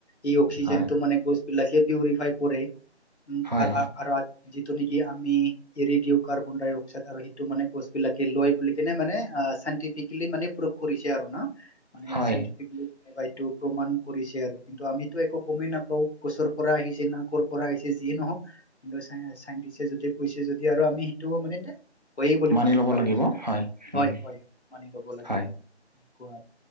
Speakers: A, on the left; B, on the right.
A: এই অক্সিজেন
B: হয়
A: টো মানে গছ বিলাক পিঅৰিফাই কৰে
B: হয়
A: আ আ আ আৰ আজ যিটো নিকি আমি এৰি দিও কাৰ্বন ডাই অক্সাইড আৰু সেইটো মানে গছবিলাকে লৈ বুলি কেনে মানে আ চাইণ্টিফিক বুলি মানে প্ৰভ কৰিছে আৰু ন মানে
B: হয়
A: চাইণ্টিফিক বু হয়টো প্ৰমাণ কৰিছে আৰু কিন্তু আমিতো একো গমেই নাপাও গছৰ পৰা আহিছে না' কৰ কৰ পৰা আহিছে যিয়ে নহওক কিন্তু চাই চাইটিষ্টে যদি কৈছে যদি আৰু আমি সেইটোঅ মানে হয়েই বুলি
B: মানি
A: ভা
B: ল'ব
A: ভাবি
B: লাগিব
A: লৈছোঁ হয়
B: উম,
A: হয় মানি লব লাগিব
B: হয়
A: এনেকুৱা